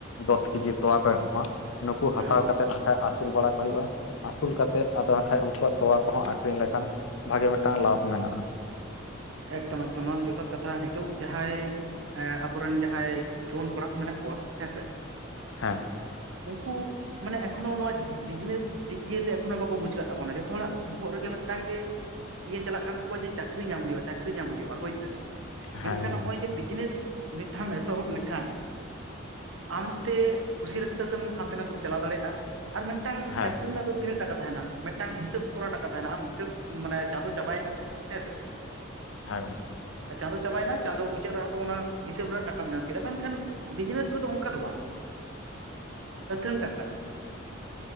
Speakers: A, on the left; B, on the right.
A: ᱫᱚᱥ ᱠᱮᱡᱤ ᱛᱚᱣᱟ ᱠᱚ ᱮᱢᱚᱜᱼᱟ, ᱱᱩᱠᱩ ᱦᱟᱛᱟᱣ
B: ᱦᱮᱸ ᱦᱮᱸ
A: ᱠᱟᱛᱮᱜ ᱮ ᱟᱹᱥᱩᱞ ᱵᱟᱲᱟ ᱠᱚ ᱦᱳᱭᱳᱜᱼᱟ, ᱟᱹᱥᱩᱞ ᱠᱟᱛᱮᱫ ᱟᱫᱚ ᱦᱟᱸᱜ ᱠᱷᱟᱡ ᱩᱱᱠᱩᱣᱟᱜ ᱛᱚᱣᱟ ᱠᱚᱦᱚᱸ ᱟᱹᱠᱷᱨᱤᱧ ᱞᱮᱠᱷᱟᱱ ᱵᱷᱟᱜᱮ ᱢᱮᱫᱴᱟᱝ ᱞᱟᱵᱷ ᱢᱮᱱᱟᱜᱼᱟ᱾
B: ᱮᱠᱫᱚᱢ ᱮᱠᱫᱚᱢ ᱱᱚᱣᱟ ᱫᱚ ᱡᱚᱛᱷᱟᱛ ᱠᱟᱛᱷᱟ, ᱱᱤᱛᱚᱜ ᱡᱟᱸᱦᱟᱸᱭ ᱮᱸ ᱟᱵᱚᱨᱮᱱ ᱡᱟᱦᱟᱸᱭ ᱡᱩᱣᱟᱹᱱ ᱠᱚᱲᱟ ᱠᱚ ᱢᱮᱱᱟᱜ ᱠᱚᱣᱟ ᱦᱮᱸᱥᱮ
A: ᱦᱮᱸ
B: ᱩᱱᱠᱩ ᱢᱟᱱᱮ ᱮᱠᱷᱚᱱᱚ ᱱᱚᱣᱟ ᱵᱤᱡᱽᱱᱮᱥ ᱫᱤᱠ ᱫᱤᱭᱮ ᱫᱚ ᱮᱠᱷᱚᱱᱚ ᱵᱟᱠᱚ ᱵᱩᱡ ᱟᱠᱟᱫ ᱛᱟᱵᱚᱱᱟ, ᱡᱷᱚᱛᱚ ᱦᱚᱲᱟᱜ ᱵᱚᱦᱚᱜ ᱨᱮᱜᱮ ᱢᱤᱫᱴᱟᱝ ᱜᱮ ᱤᱭᱟᱹ ᱪᱟᱞᱟᱜ ᱠᱟᱱ ᱛᱟᱠᱚᱣᱟ ᱡᱮ ᱪᱟ ᱪᱟᱹᱠᱨᱤ ᱧᱟᱢ ᱦᱳᱭᱳᱜᱼᱟ ᱪᱟᱹᱠᱨᱤ ᱧᱟᱢ ᱦᱳᱭᱳᱜᱼᱟ, ᱦᱳᱭᱥᱮ᱾ ᱢᱮᱱᱠᱷᱟᱱ
A: ᱦᱮᱸ ᱜᱚᱝᱠᱮ
B: ᱱᱚᱜᱼᱚᱭ ᱡᱮ ᱵᱤᱡᱽᱱᱮᱥ ᱢᱤᱫ ᱫᱷᱟᱣ ᱮᱢ ᱮᱛᱚᱦᱚᱵ ᱞᱮᱠᱷᱟᱱ ᱟᱢ ᱛᱮ ᱠᱩᱥᱤ ᱨᱟᱹᱥᱠᱟᱹ ᱛᱮᱢ ᱦᱟᱱᱛᱮ ᱱᱟᱛᱮᱢ ᱪᱟᱞᱟᱣ ᱫᱟᱲᱮᱭᱟᱜᱼᱟ, ᱟᱨ ᱢᱤᱫ ᱢᱤᱫᱴᱟᱝ
A: ᱦᱮᱸ
B: ᱪᱟᱹᱠᱨᱤ ᱨᱮᱱᱟᱜ ᱫᱚ ᱛᱤᱱᱟᱹᱜ ᱴᱟᱠᱟ ᱛᱟᱸᱦᱮᱱᱟ ᱢᱮᱫᱴᱟᱝ ᱦᱤᱥᱟᱹᱵ ᱠᱚᱨᱟ ᱴᱟᱠᱟ ᱛᱟᱸᱦᱮᱱᱟ ᱟᱢ ᱦᱤᱥᱟᱹᱵ ᱢᱟᱱᱮ ᱪᱟᱸᱫᱳ ᱪᱟᱵᱟᱭᱮᱱᱟ ᱦᱮᱸ ᱥᱮ‍?
A: ᱦᱮᱸ ᱜᱚᱢᱠᱮ᱾
B: ᱟᱨ ᱪᱟᱸᱫᱳ ᱪᱟᱵᱟᱭᱮᱱᱟ ᱪᱟᱸᱫᱳ ᱢᱩᱪᱟᱹᱫ ᱨᱮ ᱟᱫᱚ ᱚᱱᱟ ᱦᱤᱥᱟᱹᱵ ᱨᱮᱱᱟᱜ ᱴᱟᱠᱟᱢ ᱧᱟᱢ ᱠᱮᱫᱟ, ᱢᱮᱱᱠᱷᱟᱱ ᱵᱤᱡᱽᱱᱮᱥ ᱨᱮᱫᱚ ᱚᱱᱠᱟ ᱫᱚ ᱵᱟᱝ, ᱟᱹᱛᱷᱟᱹᱱ ᱴᱟᱠᱟ᱾